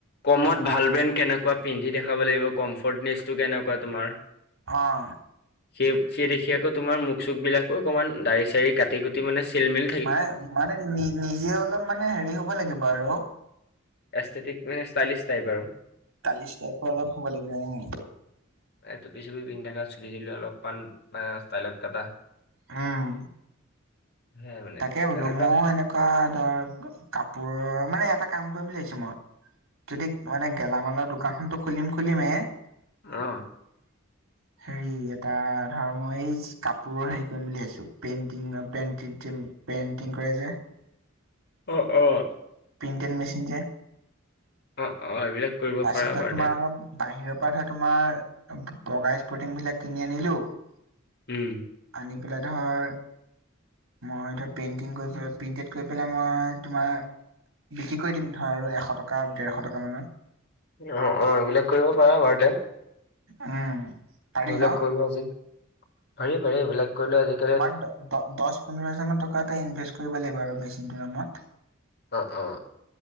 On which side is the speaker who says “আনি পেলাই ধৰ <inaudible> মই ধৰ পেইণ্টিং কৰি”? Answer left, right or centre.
Right